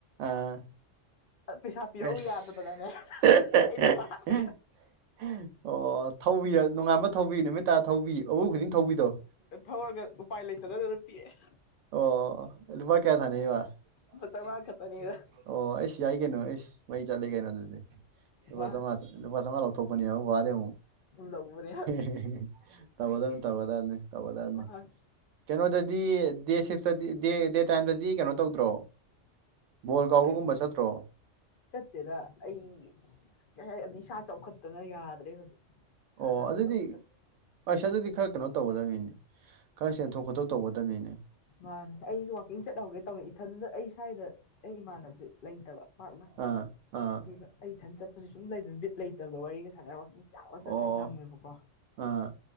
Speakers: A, on the right (about 80°); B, on the left (about 60°).
A: ꯑꯥ
B: ꯄꯩꯁꯥ ꯄꯤꯔꯛꯎ
A: ꯑꯩꯁ
B: ꯌꯥꯗꯗꯅꯅꯦ
A: <unintelligible>
B: ꯑꯩꯅ ꯀꯥꯔꯒ
A: ꯑꯣ ꯊꯧꯕꯤꯔ ꯅꯣꯡꯉꯥꯟꯕ ꯊꯧꯕꯤ ꯅꯨꯃꯤꯠ ꯇꯥꯔ ꯊꯧꯕꯤ ꯑꯋꯨ ꯈꯨꯗꯤꯡ ꯊꯧꯕꯤꯗꯣ
B: ꯊꯧꯔꯒ ꯎꯄꯥꯏ ꯂꯩꯇꯗꯅ ꯄꯤꯔ‌ꯦꯛ
A: ꯑꯣ ꯂꯨꯄꯥ ꯀꯌꯥ ꯊꯥꯅꯩꯕ
B: ꯂꯨꯄꯥ ꯆꯥꯝꯃꯉꯥ
A: <inaudible>
B: ꯈꯛꯇꯅꯤꯗ
A: ꯑꯣ ꯑꯩꯁ ꯌꯥꯏ ꯀꯩꯅꯣ ꯑꯦꯁ ꯃꯩ ꯆꯠꯂ‌ꯦ ꯀꯩꯅ‌ꯣ ꯑꯗꯨꯗꯤ ꯂꯨꯄꯥ
B: ꯃꯥ
A: ꯆꯧꯉꯥ ꯂꯨꯄꯥ ꯆꯧꯉꯥ ꯂꯧꯊꯣꯛꯄꯅ‌ꯦꯕ ꯕꯥꯕꯥꯗꯩ ꯑꯃꯨꯛ
B: ꯂꯧꯕꯅꯦ
A: <unintelligible> ꯇꯧꯒꯗꯝꯅꯤ ꯇꯧꯒꯗꯝꯅꯤ ꯇꯧꯒꯗꯝꯅꯤ
B: ꯃꯥ
A: ꯀꯩꯅꯣꯗꯗꯤ ꯗꯦꯁꯤꯐꯇꯗꯤ ꯗ‌ꯦ ꯗꯦ ꯇꯥꯏꯝꯗꯗꯤ ꯀꯩꯅꯣ ꯇꯧꯗ꯭ꯔꯣ ꯕꯣꯜ ꯀꯥꯎꯕꯒꯨꯝꯕ
B: ꯀꯩ
A: ꯆꯠꯇ꯭ꯔꯣ
B: ꯆꯠꯇꯦꯗ ꯑꯩ ꯀꯩ ꯍꯥꯏ ꯏꯁꯥ ꯆꯥꯎꯈꯠꯇꯅ ꯌꯥꯗ꯭ꯔꯦ ꯍꯧꯖꯤꯛ ꯁꯥꯟꯅꯕꯒ
A: ꯑꯣ ꯑꯗꯨꯗꯤ
B: ꯑꯝꯇ ꯆꯠ
A: ꯑꯁ ꯑꯗꯨꯗꯤ ꯈꯔ ꯀꯩꯅꯣ ꯇꯧꯒꯗꯝꯅꯤꯅ‌ꯦ ꯈꯔ ꯆꯦꯟꯊꯣꯛ ꯈꯣꯠꯇꯣꯛ ꯇꯧꯒꯗꯝꯅꯤꯅ‌ꯦ
B: ꯃꯥꯅꯦ ꯑꯩꯁꯨ ꯋꯥꯥꯛꯀꯤꯡ ꯆꯠ ꯍꯧꯒꯦ ꯇꯧꯅ‌ꯦ ꯏꯊꯟꯗ ꯑꯩ ꯁꯥꯏꯗ ꯑꯩ ꯏꯃꯥꯟꯅꯕꯁ‌ꯦ ꯂꯩꯇꯕ ꯄꯥꯛꯅ
A: ꯑꯥ ꯑꯥ
B: ꯑꯗꯨꯗ ꯑꯩ ꯏꯊꯟ ꯆꯠꯄꯁꯨ ꯁꯨꯝ ꯂꯩꯗꯅ ꯕꯤꯠ ꯂꯩꯇꯕ ꯋꯥꯔꯤꯒ ꯁꯥꯟꯅꯔ ꯋꯥꯥꯛꯀꯤꯡ ꯆꯥꯎꯅ
A: ꯑꯣ
B: ꯆꯠꯈ꯭ꯔꯗꯤ ꯉꯝꯃꯦꯕꯀꯣ
A: ꯑꯥ